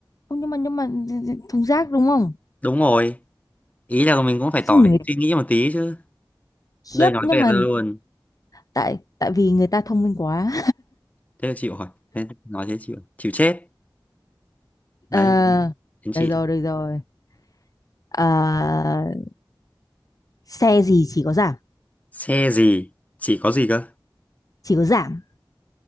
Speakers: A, on the left (about 45°); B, on the left (about 20°).
A: không nhưng mà nhưng mà thùng rác đúng không
B: đúng rồi ý là mình cũng phải
A: Chứ
B: tỏ
A: người
B: vẻ suy nghĩ một tí chứ
A: khiếp
B: đây nói
A: nhưng
B: tuyệt
A: mà
B: ra luôn
A: tại tại vì người ta thông minh quá
B: thế là chịu rồi thế nói thế chịu chịu chết
A: <laughs>
B: đấy
A: Ờ,
B: đến chị
A: được
B: đấy.
A: rồi được rồi Ờ, xe gì chỉ có giảm
B: xe gì chỉ có gì cơ
A: chỉ có giảm